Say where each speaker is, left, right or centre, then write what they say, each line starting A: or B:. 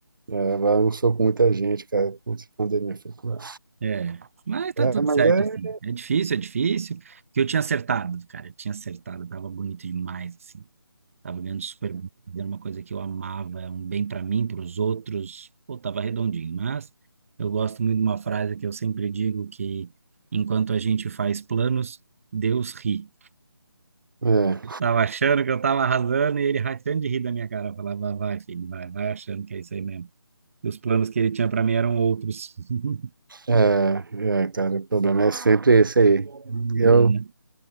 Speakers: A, on the right (about 60°); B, on the right (about 35°).
A: É, agora eu sou com muita gente, cara. Putz, pandemia foi cruel.
B: É, mas tá
A: É,
B: tudo
A: mas
B: certo
A: é...
B: assim. É difícil, é difícil, porque eu tinha acertado, cara, eu tinha acertado, tava bonito demais assim. Tava ganhando super bem, fazendo uma coisa que eu amava, é um bem para mim, para os outros. Pô, tava redondinho. Mas eu gosto muito de uma frase que eu sempre digo que enquanto a gente faz planos, Deus ri.
A: É,
B: Eu tava achando que eu tava arrasando e ele rachando de rir da minha cara. Eu falava, vai, filho, vai, vai achando que é isso aí mesmo. E os planos que ele tinha para mim eram outros. <laughs>
A: é, é, cara, o problema é sempre esse aí.
B: Né?
A: Eu,